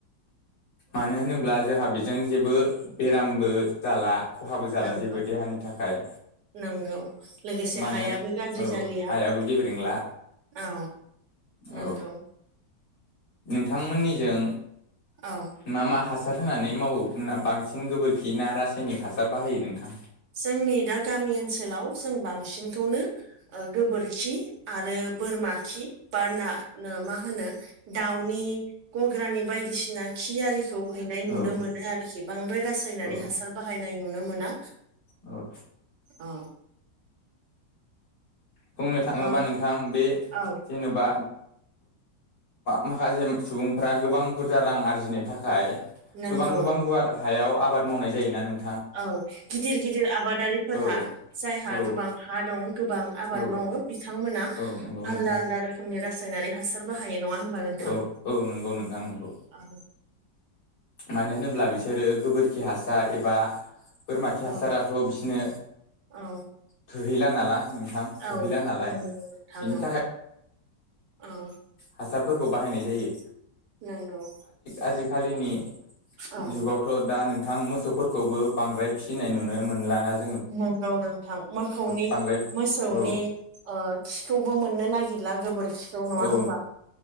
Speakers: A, on the left; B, on the right.
A: मानो होनोब्ला जोंहा बेजों जेबो बेरामबो जाला खहाबो जाला
B: नंगौ
A: जेबो देहानि थाखाय
B: नंगौ लोगोसे
A: मानो
B: हायाबो गाज्रि
A: औ
B: जालिया
A: हायाबो गेब्रेंला
B: औ। नंगौ।
A: औ नोंथांमोननिजों
B: औ
A: मा मा हासार हासार होनानै मावो बांसिन गोबोरखि ना रासायनिक हासार बाहायो नोंथां?
B: जोंनि दा गामि ओनसोलाव जों बांसिनखौनो गोबोरखि आरो बोरमा खि बा ना मा होनो दाउनि गग्रानि बायदिसिना खि आरिखौ हैनाय
A: औ
B: नुनो मोनो आरोखि बांद्राय रासायनारि
A: औ
B: हासार बाहायनाय नुनो मोना।
A: औ।
B: औ
A: बुंनो थाङोबा
B: बा
A: नोंथां बे
B: औ
A: जेन'बा माखासे सुबुंफ्रा गोबां बुरजा रां आरजिनो थाखाय
B: नंगौ
A: गोबां गोबां गुवार हायाव आबाद मावनाय जायोना नों?
B: औ गिदिर गिदिर आबादारिफोरहा
A: औ
B: जायहा
A: औ
B: गोबां हा दं गोबां आबाद।
A: औ
B: मावो बिथांमोना
A: औ नंगौ नोंथां
B: आलदा आलदा रोखोमनि रासायनारि हासार बाहायो नङा। होमबा नोंथां
A: औ औ नंगौ नोंथां नंगौ
B: औ
A: मानो होनोब्ला बिसोरो गोबोरखि खि हासार एबा बोरमा खि
B: औ
A: हासाराथ' बिसिनो
B: औ
A: थोहैला नालाय नोंथां थोहैला
B: औ
A: नालाय
B: नंगौ नोंथां
A: बिनि
B: औ
A: थाखाय
B: औ
A: हासारफोरखौ बाहायनाय जायो।
B: नंगौ
A: आजिखालिनि
B: औ
A: जुगावथ' दा नों नोंथां मोसौफोरखौबो बांद्राय फिसिनाय नुनो मोनलाना जायो।
B: नंगौ नोंथां मोखौनि
A: बांद्राय
B: मोसौनि
A: औ
B: ओ खिखौबो मोननो नागिर गैला गोबोरखिखौ नङा
A: औ
B: होमबा